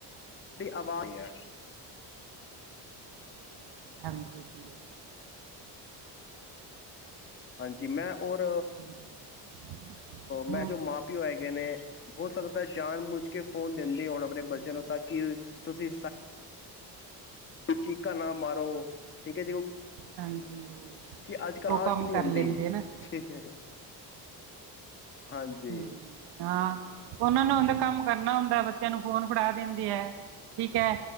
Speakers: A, on the left (about 30°); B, on the right (about 85°).
A: ਵੀ ਆਵਾਜ਼ ਐ
B: ਹਾਂਜੀ ਠੀਕ ਐ।
A: ਹਾਂਜੀ ਮੈਂ ਔਰ
B: ਹਾਂਜੀ,
A: ਮੈਂ
B: ਹਮ
A: ਜੋ ਮਾਂ ਪਿਓ ਹੈਗੇ ਨੇ, ਹੋ ਸਕਦਾ ਜਾਨ ਬੁਝ ਕੇ ਫੋਨ ਦਿੰਦੇ ਹੋਣਾ ਬ ਬੱਚੇ
B: ਹਾਂਜੀ
A: ਨੂੰ ਤਾਂ ਕਿ ਤੁਸੀਂ, ਚਿਕਾ ਨਾ ਮਾਰੋ ਠੀਕ ਐ ਜੀ ਔ
B: ਹਾਂਜੀ,
A: ਕਿ ਅੱਜ ਕਾਸਟ
B: ਉਹ ਕੰਮ
A: ਨੀ
B: ਕਰ
A: ਹੁੰਦੀ
B: ਲੈਂਦੇ ਨਾ
A: ਠੀਕ ਹਾਂਜੀ।
B: ਹਮ ਹਾਂ ਉਹਨਾਂ ਨੂੰ ਹੁੰਦਾ ਕੰਮ ਕਰਨਾ ਹੁੰਦਾ ਐ ਬੱਚਿਆਂ ਨੂੰ ਫੋਨ ਫੜਾ ਦਿੰਦੀ ਐ। ਠੀਕ ਐ